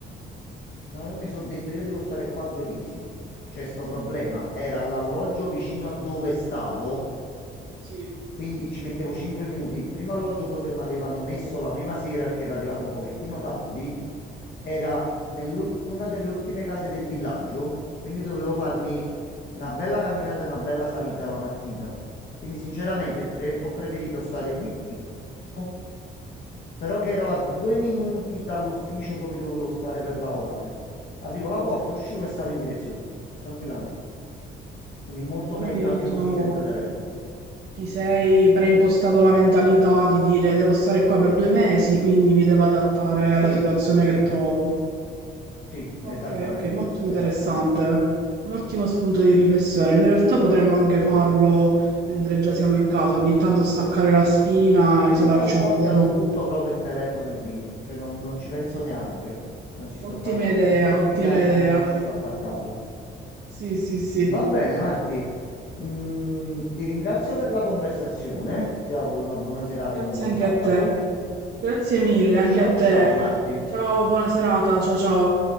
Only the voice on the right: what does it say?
Sì.
Ok, Quindi
diciamo
ti sei preimpostato la mentalità di dire devo stare qua per due mesi, quindi mi devo adattare
alla situazione
che trovo.
Ok, ok, molto interessante.
Un ottimo spunto di riflessione. In realtà potremmo anche farlo mentre già siamo in casa, ogni tanto staccare la spina, isolarci
un po' dal
mondo.
Ottima
idea,
ottima
idea.
Sì, sì, sì.
Grazie
anche
a te. Grazie mille anche
a te.
Ciao, buona serata. Ciao, ciao.